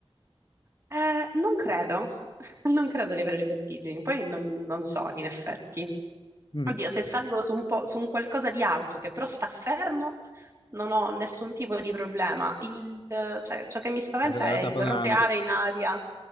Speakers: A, on the right (about 25°); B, on the left (about 50°).
A: Eh, non credo, <laughs> non credo di avere le vertigini, poi non non so in effetti.
B: Mm.
A: Oddio, se salgo su un po', su un qualcosa di alto che però sta fermo, non ho nessun tipo di problema. Il- eh, cioè, ciò che mi spaventa
B: È stata andata
A: è il
B: panoramica.
A: roteare
B: tipo.
A: in aria.